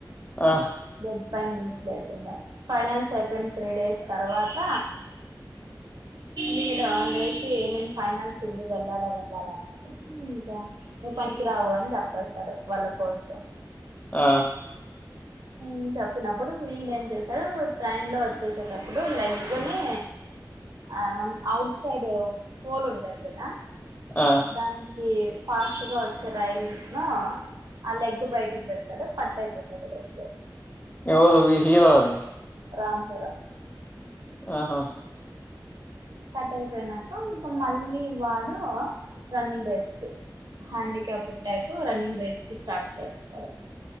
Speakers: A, on the left; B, on the right.
A: ఆ
B: బెడ్ పైనుంచి లేయకుండా ఫైనల్స్ అయిపోయిన త్రీ డేస్ తర్వాత వీడు రేపే నేను ఫైనాల్స్ ఉంది వెళ్ళాలా వెళ్ళాలా <inaudible> ఇంకా. నువ్ పనికి రావు అని చెప్పేస్తాడు వాళ్ళ కోచ్
A: ఆ
B: నిజం చెప్పినప్పుడు వీడేం చేస్తాడు ట్రైన్ లో వచ్చేసేటప్పుడు లెగ్ని ఆ ఔట్ సైడూ హోల్ ఉంటది కదా
A: ఆ
B: దానికి ఫాస్ట్ గా వచ్చే రైల్ నూ ఆ లెగ్ బయటికి పెడతాడు కట్ అయిపోతది లెగ్
A: <unintelligible>
B: రామ్ చర
A: ఆహా..
B: కట్ అయిపోయినాక ఇకా మళ్ళీ వాడు రన్నింగ్ బెస్తే హ్యాండిక్యాప్ట్ టైపు రన్నింగ్ రేస్ కి స్టార్ట్ చేస్తారు.